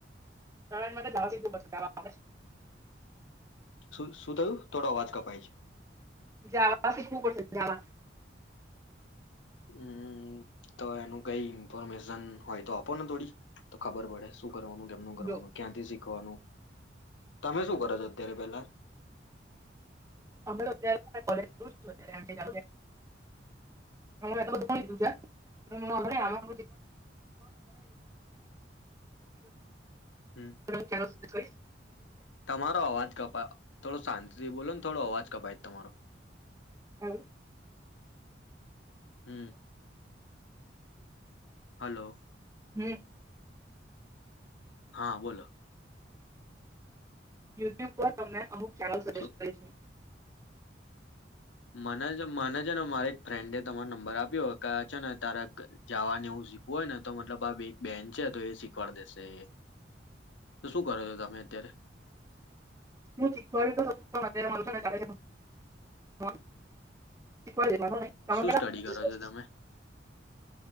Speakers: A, on the right; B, on the left.
A: સાડા આઠ વાગે જાવા કીધુ
B: શું શું થયું થોડો અવાજ કપાય છે
A: જવા શીખવું પડશે જાવા
B: હમ તો એનું કઈ ઈન્ફોર્મેશન હોય તો આપો ને થોડી તો ખબર પડે શું કરવાનું કેમનું કરવાનું
A: જો
B: ક્યાંથી સીખ સીખવાનું તમે શું કરો છો અત્યારે પેલા
A: અમે તો અત્યારે કોલેજ <unintelligible> <unintelligible> હ બધુંધું હડીશ પણ
B: હમ
A: <unintelligible> ક સુ <inaudible>
B: તમારો અવાજ કપાય થોડો શાંતિથી બોલો ને થોડો અવાજ કપાય તમારો.
A: હમ.
B: હમ્ હલો.
A: હમ્.
B: હા બોલો.
A: યુટ્યુબ પર તમને આવું ચારું સજેસ્ટ
B: શું
A: કરીશ.
B: મનેજો. માને છે ને મારે એક ફ્રેન્ડે તમારે નંબર આપ છે ને તારક જવાને એવું શીખવું હોય ને તો મતલબ આ બે એક બેન છે તો એ શિ શિખવાડ દેશે એ, તો શું કરો છો તમે અત્યારે
A: હું શિખવાડી તો <inaudible> પણ અત્યારે મારે છે ને <inaudible> તમે
B: શું
A: કેટલા
B: સ્ટડી કરો છો તમે